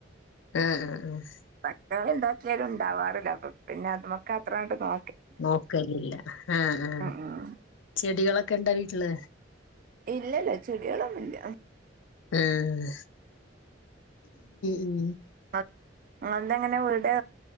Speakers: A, on the left; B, on the right.
A: ഉം ഉ ഉ
B: പ എന്തുണ്ടാക്കിയാലും ഉണ്ടാവാറില്ല അപ്പൊ പിന്നെ അത് മക്ക അത്രമായിട്ട് നോ
A: നോക്കലല്ല ആ ആ
B: ഉം ഉം
A: ചെടികളൊക്കെ ഇണ്ടാ വീട്ടില്
B: ഇല്ലല്ല ചെടികളൊന്ന ഇല്ല
A: ആഹ് ഉം
B: <unintelligible> എങ്ങനാ വീട്